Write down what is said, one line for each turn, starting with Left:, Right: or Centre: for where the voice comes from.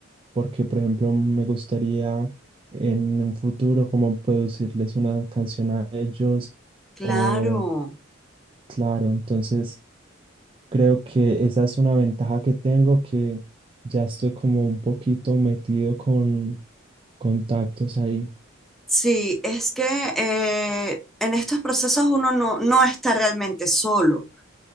Right: porque, por ejemplo, me gustaría en un futuro como producirles una canción a ellos
Centre: claro.
Right: Oh, claro, entonces creo que esa es una ventaja que tengo, que ya estoy como un poquito metido con contactos ahí.
Centre: Sí, es que eh, en estos procesos uno no, no está realmente solo.